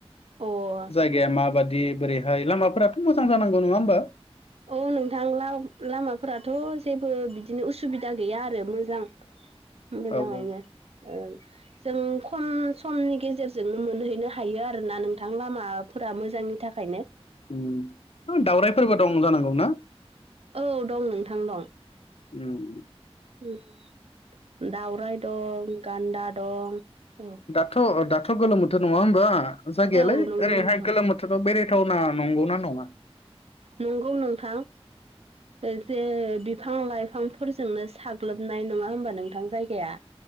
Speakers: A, on the right (about 70°); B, on the left (about 70°).
A: अ ओं
B: जायगाया माबादि बोरैहाय लामाफोराथ' मोजां जानांगौ नङा होमबा?
A: औ नोंथां लाव लामाफोराथ' जेबो बिदिनो उसुबिदा गैया आरो मोजां। मोजाङैनो
B: औ औ
A: ओं जों खम समनि गेजेरजोंनो मोनहैनो हायो आरोना नोंथां। लामाफोरा मोजांनि थाखायनो
B: उम ओ दावरायफोरबो दं जानांगौ ना?
A: औ दं नोंथां दं।
B: उम
A: उम दावराय दं गान्दा दं। औ
B: थ' दाथ' गोलोम बोथोर नङा होमबा जागायालाय
A: औ नंगौ
B: ओरैहाय
A: नोंथां
B: गोलोम बोथ थोराव बेराथावना नंगौना नङा?
A: नंगौ नोंथां। ओ जे बिफां लाइफांफोरजोंनो साग्लोबनाय नङा होमबा नोंथां जायगाया?